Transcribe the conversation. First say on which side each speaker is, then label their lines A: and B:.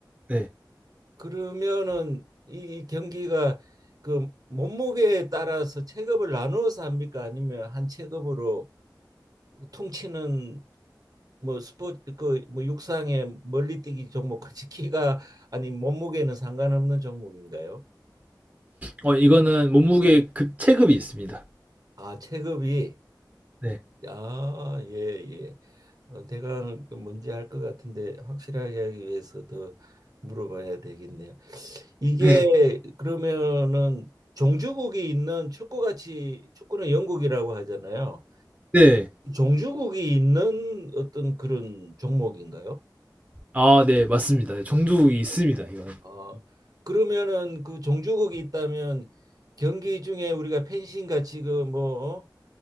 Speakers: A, on the right; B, on the right.
A: 네.
B: 그러면은 이 경기가 그 몸무게에 따라서 체급을 나누어서 합니까? 아니면 한 체급으로 보통 치는 뭐 스포츠 그뭐 육상의 멀리뛰기 종목같이 키가 아니 몸무게는 상관없는 종목인가요?
A: 어 이거는 몸무게 급 체급이 있습니다.
B: 아, 체급이
A: 네.
B: 아, 예, 예. 어, 대강 뭔지 알 것 같은데 확실하게 하기 위해서 더 물어봐야 되겠네요. 이게
A: 네.
B: 그러면은 종주국이 있는 축구같이 축구는 영국이라고 하잖아요.
A: 네.
B: 종주국이 있는 어떤 그런 종목인가요?
A: 아, 네, 맞습니다. 정두이 있습니다, 이건.
B: 어, 그러면은 그 종주국이 있다면 경기 중에 우리가 펜싱 같이 그뭐 어?